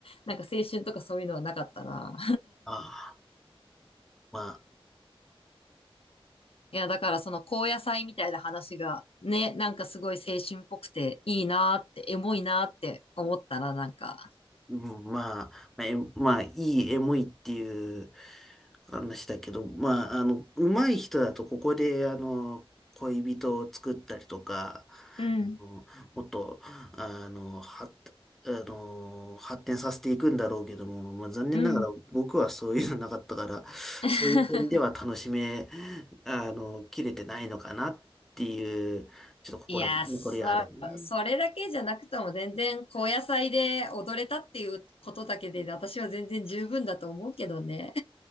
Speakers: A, on the left; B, in the centre.
A: なんか青春とかそういうのはなかったな。
B: ああ、まあ。
A: いや、だからその高野菜みたいな話がね、なんかすごい青春っぽくていいなーって、エモいなーって思ったらなんか、
B: うんまあ、まあ、えまあいいエモいっていう話だけど、まあ、あの、上手い人だとここで、あの、恋人を作ったりとか、あの、
A: うん、
B: もっと、あの、は、あの、発展させていくんだろうけども、まあ、残念ながら僕はそういうのなかったから、
A: うん。<laughs>
B: そういう点では楽しめ、あの、切れてないのかなっていう、ちょっと心残りはあるね。
A: いや、そ、それだけじゃなくとも全然高野菜で踊れたっていうことだけで私は全然十分だと思うけどね。